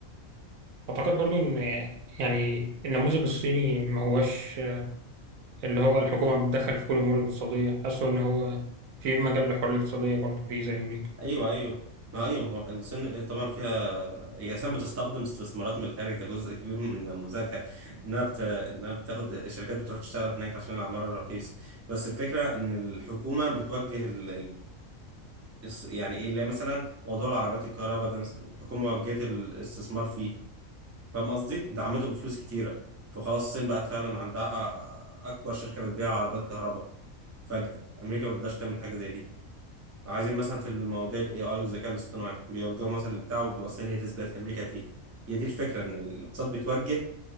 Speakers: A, on the right; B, on the right.
A: أعتقد برضو إن يعني النموذج الصيني ما هواش آه، اللي هو الحكومة بتتدخل في كل الأمور الاقتصادية حاسه إن هو في مجال للحرية الاقتصادية برضو فيه زي أمريكا
B: أيوه أيوه ما أيوه ما هو السن طبعا فيها هي أساسا بتستخدم استثمارات من الخارج ده جزء كبير من نموذجها إنها بت... إنها بتاخد الشركات بتروح تشتغل هناك عشان العمالة رخيصة بس الفكرة إن الحكومة بتوجه ال... الص- يعني ايه اللي هي مثلا موضوع العربيات الكهرباء ده مثلا الحكومه وجهت الاستثمار فيه فاهم قصدي دعمته بفلوس كتيره فخلاص الصين بقت فعلا عندها أ- اكبر شركه بتبيع عربيات كهرباء فجاه امريكا ما تقدرش تعمل حاجه زي دي عايزين مثلا في المواضيع الاي اي والذكاء الاصطناعي بيوجهوا مثلا البتاع وبيبقى الصين هي تسبق في امريكا فيه هي دي الفكره ان الاقتصاد بيتوجه